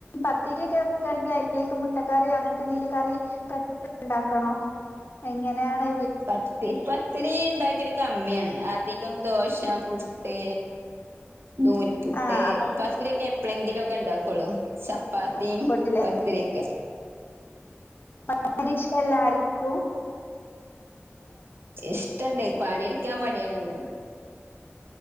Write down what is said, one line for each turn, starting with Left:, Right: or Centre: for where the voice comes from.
Left: പത്തിര്യാെക്കെ വെക്കാണെങ്കി അയ്ലേക്ക് മുട്ടക്കറ്യാേ അങ്ങൻത്തെന്തേലും കറി പ്രത്യേകം ണ്ടാക്കണോ എങ്ങെനാണ്
Right: പത്തി പത്തിരീണ്ടാ ക്കല് കമ്മ്യാണ് അധികം ദോശ പുട്ട് നൂൽപുട്ട്
Left: ആ അത്
Right: പത്തിരിക്കെ പ്പ്ളെങ്കിലൊക്കെ ണ്ടാക്കാെള്ളൂ ചപ്പാത്തിം
Left: അതും പെട്ടില്ലേ
Right: പത്തിര്യെക്കെ
Left: <unintelligible> രീഷ് എല്ലാര്ക്കു
Right: ഇഷ്ടണ്ടേ പണിട്ക്കാൻ മട്യാണ്ന്ന്